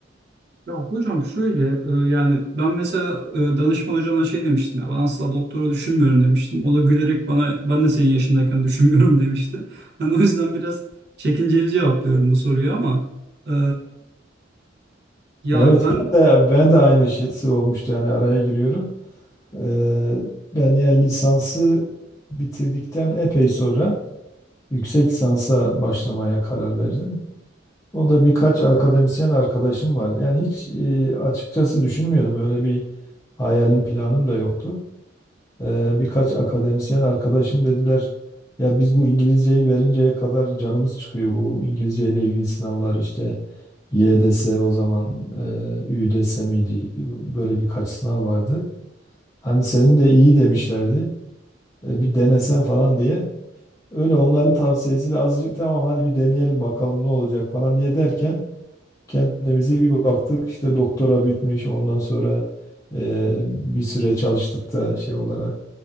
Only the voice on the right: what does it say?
Ya hocam şöyle e, yani ben mesela e, danışman hocama şey demiştim ya ben asla doktora düşünmüyorum demiştim. O da gülerek bana ben de senin yaşındayken düşünmüyorum <laughs> demişti. Hani o yüzden biraz çekinceli cevaplıyorum bu soruyu ama e, ya
ben